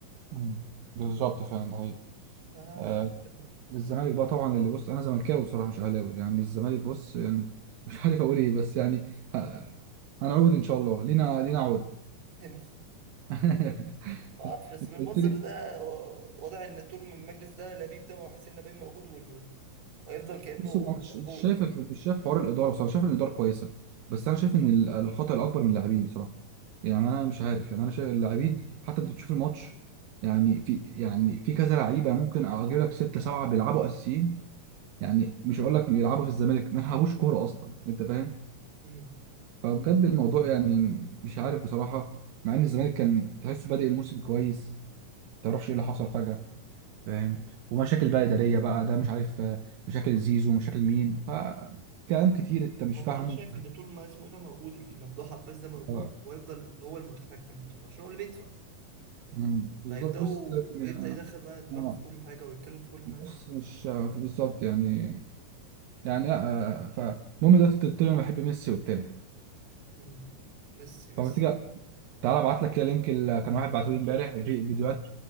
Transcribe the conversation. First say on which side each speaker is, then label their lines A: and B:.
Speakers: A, on the right; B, on the right.
A: مم. بالظبط فعلا ده حقيقي
B: فمش
A: آه
B: عارف بقى.
A: الزمالك بقى طبعا اللي بص انا زملكاوي بصراحه مش اهلاوي يعني الزمالك بص يعني <laughs> مش عارف اقول ايه بس يعني آه هنعود ان شاء الله لينا لينا عود
B: <laughs>
A: <laughs>
B: ما اعرفش بس
A: انت
B: بالمنظر
A: قلت لي
B: ده و- واضح ان طول ما المجلس ده لبيب ده وحسين لبيب موجود وال- وهيفضل كانه
A: بص هو مش مش
B: جوز
A: شايف
B: يعني
A: الح- مش شايف حوار الاداره بصراحه شايف ان الاداره كويسه بس انا شايف ان ال- الخطا الاكبر من اللاعبين بصراحه يعني انا مش عارف يعني انا شايف اللاعبين حتى انت بتشوف الماتش يعني في يعني في كذا لعيبه ممكن اجيب لك سته سبعه بيلعبوا اساسيين يعني مش هقول لك بيلعبوا في الزمالك ما يلعبوش كوره اصلا انت فاهم
B: مم.
A: فبجد الموضوع يعني مش عارف بصراحه مع ان الزمالك كان تحسه بادئ الموسم كويس ما تعرفش ايه اللي حصل فجاه فاهم ومشاكل بقى إدارية بقى ده مش عارف آه، مشاكل زيزو ومشاكل مين ف كلام كتير أنت مش
B: ما
A: فاهمه
B: هو انا شايف ان طول ما اسمه ده موجود الممدوح عباس ده موجود
A: آه،
B: ويفضل هو المتحكم طبعا عشان هو اللي بيدفع
A: مم. بالظبط
B: فيبداوا
A: بص يعني
B: يبدا
A: آه،
B: يدخل بقى دماغه
A: آه،
B: في كل حاجه ويتكلم في كل
A: بص
B: حاجه
A: مش آه، بالظبط يعني يعني لا آه، فالمهم دلوقتي أنت قلت لي أنا بحب ميسي وبتاع
B: امم ميسي ميسي
A: فما تيجي تعالى أبعت لك كده لينك اللي كان واحد بعته لي إمبارح في فيديوهات